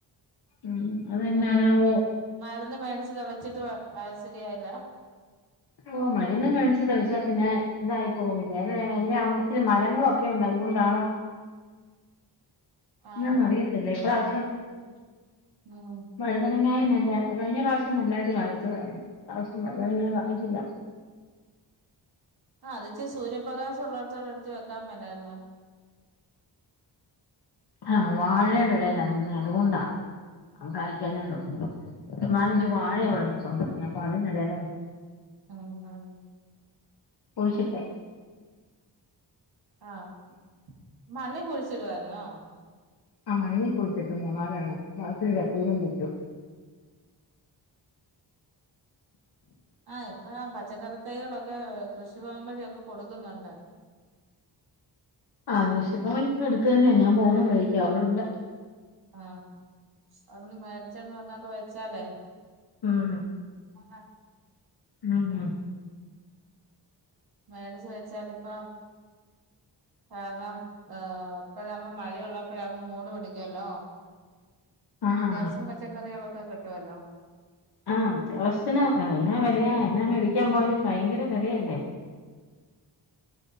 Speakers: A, on the left; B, on the right.
A: ഉം അതെന്നാണാവോ
B: അതെ ഒക്ക മരുന്ന് മേടിച്ച് തളിച്ചിട്ട് ശരിയായില്ല?
A: ഓഹ് മരുന്ന് മേടിച്ച്ക്കല്ലേ ക്ഷെ പിന്നെ ഇതായി പോകില്ലേ അ എന്റെ വിടെത്തിരി മരങ്ങളൊക്കെ ഒക്കെ ഉണ്ട് അതുകൊണ്ടാണോ?
B: ആഹ്
A: എന്നാന്നറിയത്തില്ല ഇപ്രാവശ്യം വഴുതനങ്ങായി നല്ല കഴിഞ്ഞ പ്രാവശ്യം നല്ലായിട്ട് വാങ്ങിച്ചതായിരുന്നു ഇ പ്രാവശ്യം വഴുതനങ്ങ വാങ്ങിച്ചില്ല
B: ആഹ് അത്ച്ചി സൂര്യപ്രകാശംള്ളടത്തടെ അടുത്ത് വെക്കാൻ മലാരുന്നോ
A: ആഹ് വാഴയുടെ ഇലല്ലാ നിന്നെ അതുകൊണ്ടാ കായ്ക്കാനല്ലോ
B: ഉം
A: നാലഞ്ചു വാഴ അവിടെ നിപ്പൊണ്ടി പാഴയ ഇടല്ലേ
B: ആഹ് അഹ്
A: കുയിച്ചിട്ടെ
B: ആഹ് മണ്ണെ കുളിച്ചിടുവയിരുന്നോ?
A: ആഹ് മണ്ണികുഴിച്ചിട്ട് മൂന്നാലെണ്ണം ബാക്കി ഒരു ചട്ടീലും വെച്ചു.
B: ആഹ് ഇപ്പൊ പച്ചക്കറി തൈകളൊക്കെ കൃഷി ഭവൻ വഴിയൊക്കെ കൊടുക്കുന്നുണ്ട്.
A: ആഹ്, കൃഷിഭവനി അടുത്ത് തന്നെയാ ഞാൻ പോകുന്ന വഴിക്ക് അ അവടെണ്ട്.
B: ആഹ്, അവിടെന്ന് മേടിച്ചന്ന് മരുന്നൊക്കെ വെച്ചാലേ,
A: ഉം
B: ആ
A: ഉം ആ
B: മേട് ചോദിച്ചാല ഇപ്പ കവാം ഹ ഇപ്പോഴാകുമ്പോ മഴയുള്ളപ്പോഴാവുമ്പോ മൂട് പിടിക്കുവല്ലോത്യാവസംറ്റ
A: ആഹാ
B: പച്ചക്കറികളൊക്കെ കിട്ടുവല്ലോ
A: ആഹ് അത്യാശത്തിന് എല്ലാ വിലയാ എന്നാ മേടിക്കാൻ പോയാലും ഭയങ്കര വിലയല്ലേ